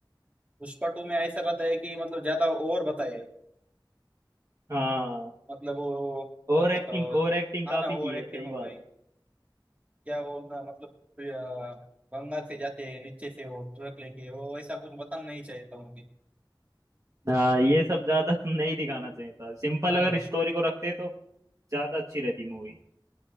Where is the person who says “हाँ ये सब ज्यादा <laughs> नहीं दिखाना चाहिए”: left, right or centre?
Right